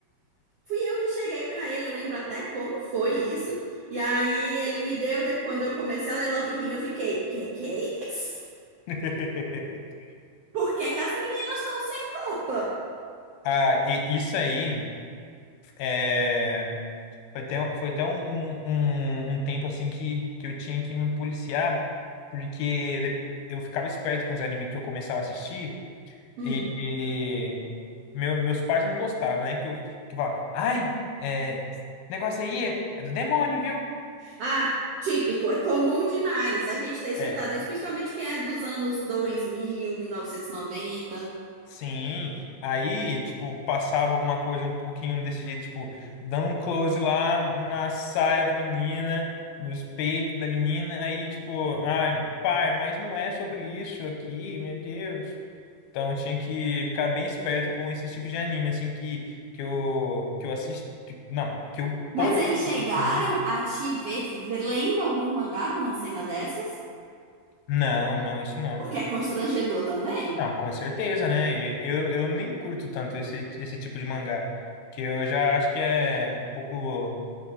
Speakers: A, on the right; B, on the left.
A: Fui eu que cheguei pra ele, eu lembro até como foi isso. E aí ele me deu, de- quando eu comecei a ler Love Hina, eu fiquei, que que é isso?
B: <laughs>
A: Por que que as meninas estão sem roupa?
B: Ah, e isso aí é, foi até, um, foi até um, um, um um tempo assim que, que eu tinha que me policiar, porque de- eu ficava esperto com os animes que eu começava a assistir
A: Hum.
B: e e meu- meus pais não gostavam, né? Que eu, que eu falava, ai, é, esse negócio aí é, é do demônio, viu?
A: Ah, típico, é comum demais a gente ter escutado
B: É.
A: isso, principalmente quem é dos anos dois mil, mil novecentos e noventa.
B: Sim, aí, tipo, passava alguma coisa um pouquinho desse jeito, tipo, dando um close lá na saia da menina, nos peitos da menina, aí, tipo, ai, pai, mas não é sobre isso aqui, meu Deus. Então, eu tinha que ficar bem esperto com esse tipo de anime, assim, que, que eu, que eu assisti, não, que eu
A: Mas
B: poderia,
A: eles chegaram
B: né?
A: a te ver, ver lendo algum mangá com uma cena dessas?
B: Não, não, isso não.
A: Porque é constrangedor também.
B: Não, com certeza, né? E Eu, eu nem curto tanto esse, esse tipo de mangá, que eu já acho que é um pouco,